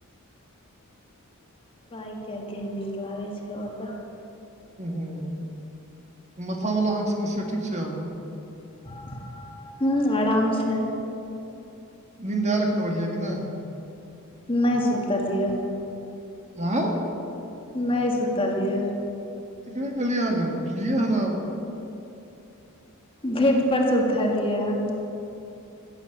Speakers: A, on the left; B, on the right.
A: फ्राइ कैऽ के नीक लागै छै ओतऽ।
B: हूँ-हूॅं, मथा वला अहाँके समस्या ठीक छै आब?
A: हूँम्म, आराम छै।
B: निन्द एल अखन बढ़ियाँ कि नै?
A: नैय सुतलियै।
B: आँ?
A: नहि सुतऽलियै।
B: एखने कहलियै अहाँ, जे हम उठलियै हन आब।
A: बेड पर स उठलियै हन।